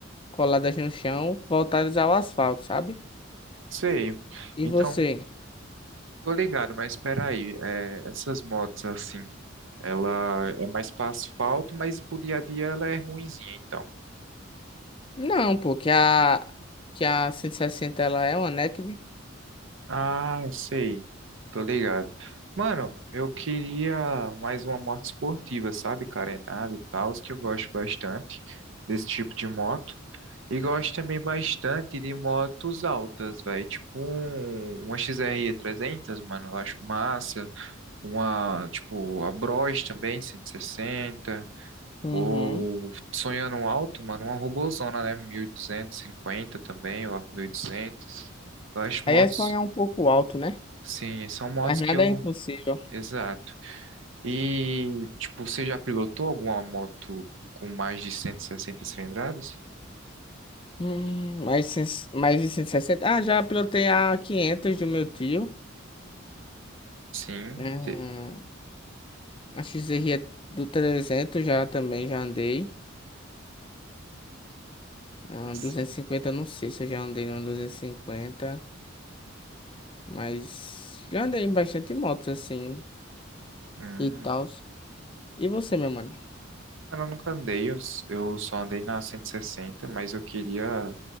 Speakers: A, on the left (about 25°); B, on the right (about 70°).
A: coladas no chão, voltadas ao asfalto, sabe?
B: Sei.
A: E
B: Então,
A: você?
B: tô ligado, mas espera aí, é, essas motos assim, ela é mais para asfalto, mas pro dia a dia ela é ruinzinha, então.
A: Não, pô, que a, que a 160 ela é uma Naked.
B: Ah, sei. Tô ligado. Mano, eu queria mais uma moto esportiva, sabe? Carenada e tal, que eu gosto bastante desse tipo de moto. E gosto também bastante de motos altas, velho. Tipo um, uma X r 300, mano, eu acho massa. Uma, tipo, a Bros também, 160.
A: Uhum.
B: Ou sonhando alto, mano, uma robozona, né? 1250 também, ou 1200. Eu acho
A: Aí
B: motos
A: é sonhar um pouco alto, né?
B: Sim, são motos
A: Mas nada
B: que eu.
A: é impossível.
B: Exato. E, tipo, você já pilotou alguma moto com mais de 160 cilindradas?
A: Hum, mais, cem- mais de 160. Ah, já pilotei a 500 do meu tio.
B: Sim.
A: Hum,
B: te-
A: a XR é do 300 já também, já andei. Ah,
B: Sim.
A: 250, eu não sei se eu já andei no duzentos e cinquenta mas já andei em bastante motos assim
B: Hum,
A: e tal. E você, meu mano?
B: mas eu nunca andei, eu, s- eu só andei na cento e sessenta mas eu queria